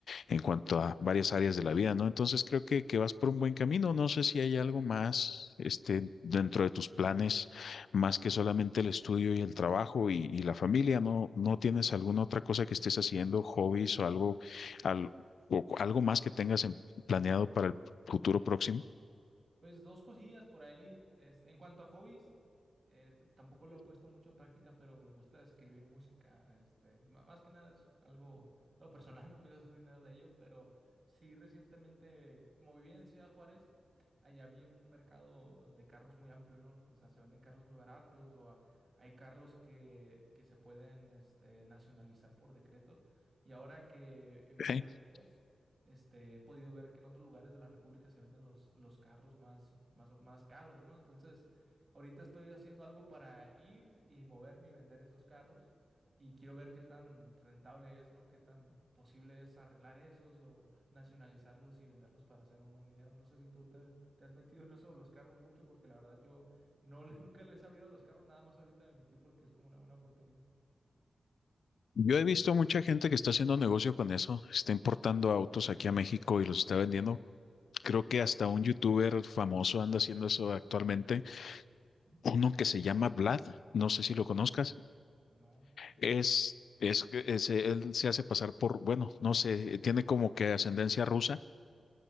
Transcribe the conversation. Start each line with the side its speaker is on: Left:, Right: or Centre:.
Left: en cuanto a varias áreas de la vida, ¿no? Entonces creo que, que vas por un buen camino. No sé si hay algo más, este, dentro de tus planes, más que solamente el estudio y el trabajo y, y la familia, ¿no? ¿No tienes alguna otra cosa que estés haciendo, hobbies o algo, al- o cu- algo más que tengas en- planeado para el futuro próximo.
Right: Pues dos cosillas por ahí. Este, en cuanto a hobbies, eh, t- tampoco lo he puesto mucho en práctica, pero me gusta escribir música. Este, ma- más que nada es algo, algo personal, <laughs> no pienso hacer dinero de ello, pero sí recientemente, como vivía en Ciudad Juárez, allá había un mercado de carros muy amplio, ¿no? O sea, se venden carros muy baratos o a- hay carros que, que se pueden, este, nacionalizar por decreto. Y ahora que vivo
Left: Ok.
Right: más lejos. Este, he podido ver que en otros lugares de la República se venden los, los carros más, más, más caros, ¿no? Entonces, ahorita estoy haciendo algo para ir y moverme y vender esos carros. Y quiero ver qué tan rentable es, ¿no? Qué tan posible es arreglar esos o nacionalizarlos y venderlos para hacer un buen dinero. No sé si tú te, te has metido en eso de los carros mucho, porque la verdad yo no le- <laughs> nunca le he sabido a los carros, nada más ahorita me metí porque es como una buena oportunidad.
Left: Yo he visto mucha gente que está haciendo negocio con eso, está importando autos aquí a México y los está vendiendo. Creo que hasta un youtuber famoso anda haciendo eso actualmente,
Right: ¿Sí?
Left: uno que se llama Vlad, no sé si lo conozcas,
Right: No, fíjate.
Left: es, es, es- él se hace pasar por, bueno, no sé, tiene como que ascendencia rusa,